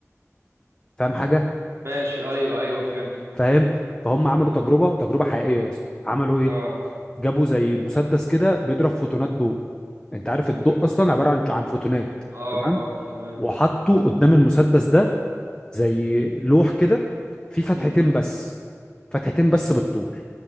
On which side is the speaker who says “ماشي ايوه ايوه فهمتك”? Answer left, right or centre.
Right